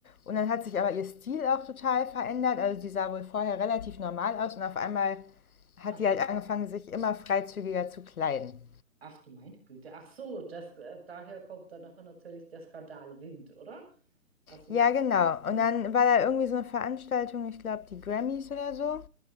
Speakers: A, on the left; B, on the right.
A: Und dann hat sich aber ihr Stil auch total verändert. Also die sah wohl vorher relativ normal aus und auf einmal hat
B: aha.
A: die halt angefangen, sich immer freizügiger zu kleiden.
B: Ach du meine Güte. Ach so, das, äh, daher kommt dann nachher natürlich der Skandalwind, oder? Also
A: Ja,
B: jetzt.
A: genau.
B: Mhm.
A: Und dann war da irgendwie so eine Veranstaltung, ich glaube, die Grammys oder so.